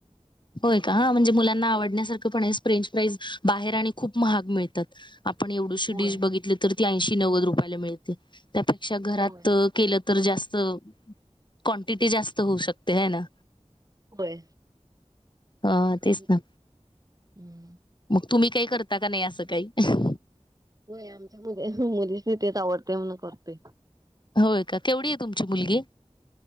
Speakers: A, on the left; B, on the right.
A: होय का हा म्हणजे मुलांना आवडण्यासारखं पण फ्रेंच प्राईज बाहेर आणि खूप महाग मिळतात. आपण एवढीशी
B: होय
A: डिश बघितली तर ती ऐंशी नव्वद रुपयाला मिळते त्यापेक्षा घरात
B: होय.
A: केलं.. तर जास्त कोंक्टिटी जास्त होऊ शकते हे ना.
B: होय.
A: हा तेच
B: आणि
A: ना.
B: हम्म.
A: तुम्ही काही करता का नाही असं काही.
B: होय आमच्या मु मुलीच नाही तेच आवडते म्हणून करतो
A: होय का केवढी आहे तुमची मुलगी.